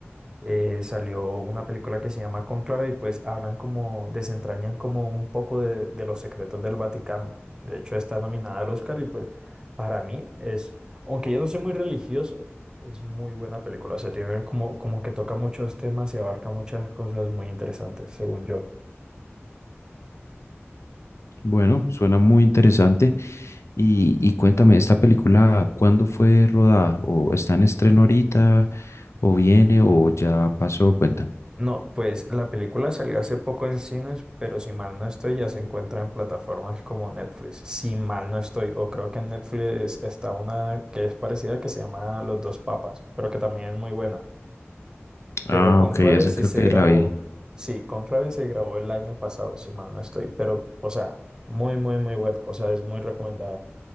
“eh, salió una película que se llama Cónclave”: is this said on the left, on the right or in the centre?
Right